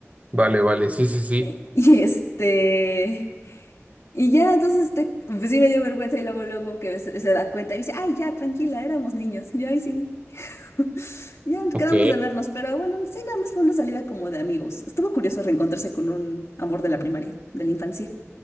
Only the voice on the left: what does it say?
Y, y este... Y ya, entonces, te, pues sí me dio vergüenza y luego, luego que se, se da cuenta y dice, ay, ya, tranquila, éramos niños. Y yo, ay, sí. <laughs> Ya
quedamos de vernos, pero bueno, sí, nada más fue una salida como de amigos. Estuvo curioso reencontrarse con un amor de la primaria, de la infancia.